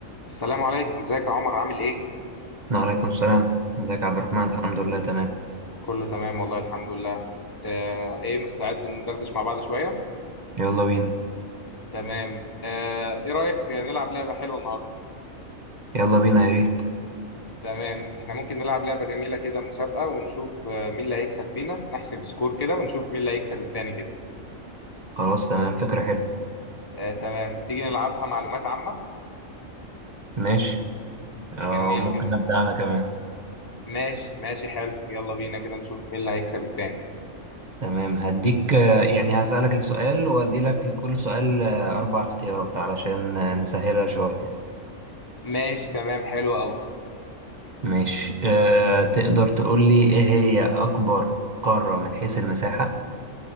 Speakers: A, on the left; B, on the right.
A: السلام عليكم ازيك يا عمر عامل ايه
B: وعليكم السلام ازيك يا عبد الرحمن الحمد لله تمام
A: كله تمام والله الحمد لله آه ايه مستعد ندردش مع بعض شوية
B: يلا بينا
A: تمام آه ايه رأيك نلعب لعبة حلوة النهاردة
B: يلا بينا يا ريت
A: تمام احنا ممكن نلعب لعبة جميلة كده مسابقة ونشوف آه مين اللي هيكسب فينا نحسب سكور كده ونشوف مين اللي هيكسب التاني كده
B: خلاص تمام فكرة حلوة
A: آه تمام تيجي نلعبها معلومات عامة
B: ماشي آه
A: جميل
B: ممكن
A: جدا
B: أبدأ أنا كمان
A: ماشي ماشي حلو يلا بينا كده نشوف مين اللي هيكسب التاني
B: تمام هديك آه، يعني هسألك السؤال وأدي لك لكل سؤال آه، أربع اختيارات علشان آه، نسهلها شوية
A: ماشي تمام حلو قوي
B: ماشي أه تقدر تقول لي إيه هي أكبر قارة من حيث المساحة